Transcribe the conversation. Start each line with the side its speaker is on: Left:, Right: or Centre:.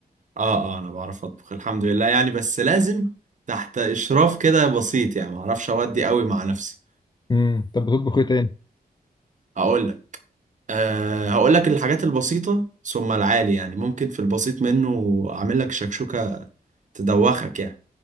Right: اه اه انا بعرف اطبخ الحمد لله يعني بس لازم تحت اشراف كده بسيط يعني معرفش اودي قوي مع نفسي
Left: امم طب بتطبخ ايه تاني
Right: هقول لك أه هقول لك الحاجات البسيطة ثم العالي يعني ممكن في البسيط منه أعمل لك شكشوكة تدوخك يعني